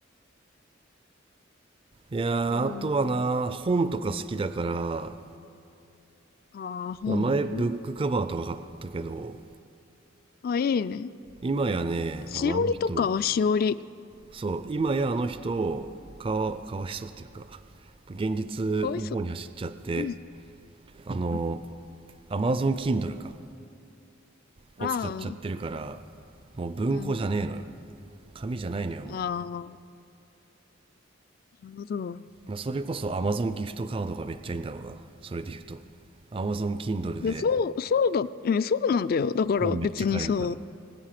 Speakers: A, on the right; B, on the left.
A: いやーあとはな本とか好きだから
B: うん。ああ、本ね。
A: まあ前ブックカバーとか買ったけど
B: あ、いいね。
A: 今やねあのあの人
B: しおりとかはしおり。
A: そう今やあの人かわ、かわいそうっていうか現実の方に走っちゃって
B: かわいそう。うん。
A: あの
B: うん
A: Amazon Kindle かを使っちゃってるから、
B: あ
A: もう文庫じゃねえのよ。
B: あ、うん。
A: 紙じゃないのよ、も
B: ああ、なるほど。
A: う。まあ、それこそ Amazon ギフトカードがめっちゃいいんだろうな。それで言うと。Amazon Kindle で
B: で、そう、そうだ、え、そうなんだよ。だから別にさ、
A: 本めっちゃ買えるから。